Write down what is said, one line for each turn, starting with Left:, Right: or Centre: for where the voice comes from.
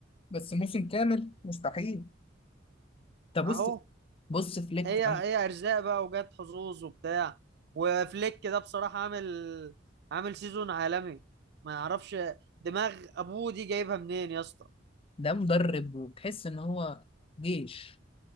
Left: بس موسم كامل مستحيل طب بص
Right: اهو
Left: بص فليك
Right: هي هي ارزاق بقى وجت حظوظ وبتاع وفليك ده بصراحه عامل عامل سيزون عالمي ما يعرفش دماغ ابوه دي جايبها منين يا اسطى
Left: ده مدرب وتحس ان هو جيش